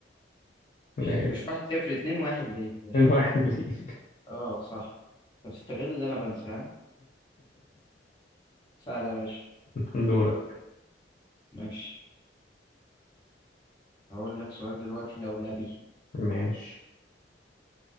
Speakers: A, on the left (about 45°); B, on the left (about 25°).
A: ماشي
B: مش مش
A: <laughs>
B: واحد صفر اتنين واحد ليه يا باشا
A: اتنين واحد ليك
B: اه صح طب استغل اللي أنا بنسى ها سهلة يا باشا
A: <laughs> دورك
B: ماشي هقول لك سؤال دلوقتي لولبي
A: ماشي